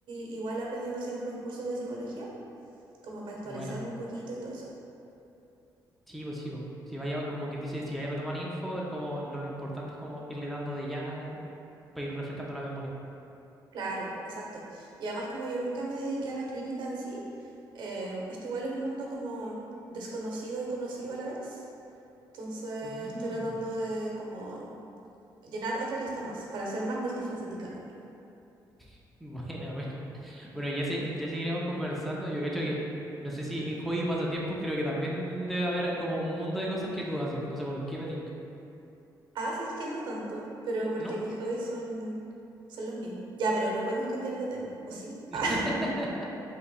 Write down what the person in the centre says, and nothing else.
buena.
Sí, pues sí, pues. Si vaya, como que dice, si hay que retomar info, es como lo importante es como irle dando de ya para ir refrescando la memoria.
Mm,
<laughs> buena, buena. Bueno, ya, se, ya seguiremos conversando. Yo cacho que, no sé si en hobby y pasatiempos, creo que también debe haber como un mundo de cosas que tú haces. No sé por qué me tinca.
¿No?
<laughs>